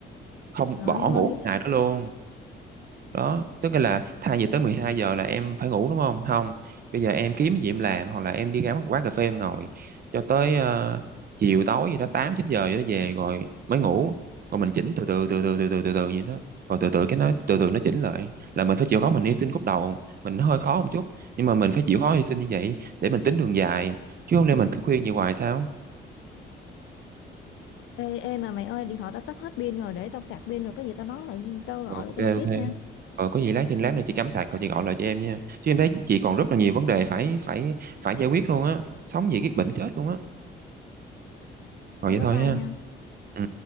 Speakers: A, on the right (about 50°); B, on the left (about 80°).
A: không
B: trời
A: bỏ ngủ
B: ơi
A: cái ngày đó luôn đó tức là thay vì tới 12 giờ là em phải ngủ đúng không không bây giờ em kiếm gì em làm hoặc là em đi ra quán cà phê em ngồi cho tới ờ, chiều tối gì đó 8 9 giờ gì đó về rồi mới ngủ rồi mình chỉnh từ từ từ từ từ từ từ từ vậy đó rồi từ từ cái nó từ từ nó chỉnh lại là mình phải chịu khó mình hy sinh khúc đầu mình nó hơi khó một chút nhưng mà mình phải chịu khó hy sinh như vậy để mình tính đường dài chứ không lẽ mình thức khuya như hoài sao
B: ê, ê mà mày ơi điện thoại tao sắp hết pin rồi để tao sạc pin rồi có gì tao nói lại tao gọi
A: ok
B: lại cho mày tiếp
A: ok
B: nha
A: Ờ, có gì lát trên lát nữa chị cắm sạc rồi chị gọi lại cho em nha. Chứ em thấy chị còn rất là nhiều vấn đề phải phải phải giải quyết luôn á. Sống gì cái bệnh chết luôn á.
B: thôi
A: Rồi vậy
B: bye
A: thôi
B: bye
A: ha.
B: nha
A: Ừ.